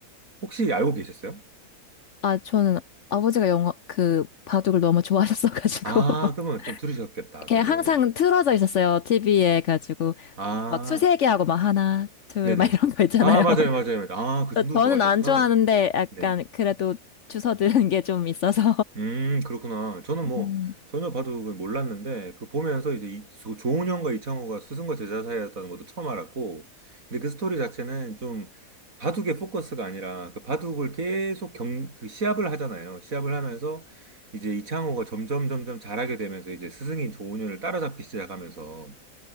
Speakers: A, on the right (about 60°); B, on the left (about 60°).
A: 혹시 알고 계셨어요?
B: 아, 저는 아버지가 영화, 그, 바둑을 너무 좋아하셨어가지고.
A: 아,
B: <laughs>
A: 그러면 좀 들으셨겠다.
B: 그냥
A: 그런 내용은.
B: 항상 틀어져 있었어요. TV에 가지고.
A: 아,
B: 막 수세기하고 막 하나, 둘,
A: 네네.
B: 막 이런 거 있잖아요.
A: 아, 맞아요,
B: <laughs>
A: 맞아요. 맞아요. 아, 그 정도로
B: 저는
A: 좋아하셨구나.
B: 안 좋아하는데 약간
A: 네.
B: 그래도 주워 들은 게 좀 있어서.
A: 음, 그렇구나. 저는
B: <laughs>
A: 뭐
B: 음.
A: 전혀 바둑은 몰랐는데 그 보면서 이제 이, 조, 조은현과 이창호가 스승과 제자 사이였다는 것도 처음 알았고 근데 그 스토리 자체는 좀 바둑의 포커스가 아니라 그 바둑을 계속 경, 그 시합을 하잖아요. 시합을 하면서 이제 이창호가 점점 점점 잘하게 되면서 이제 스승인 조은현을 따라잡기 시작하면서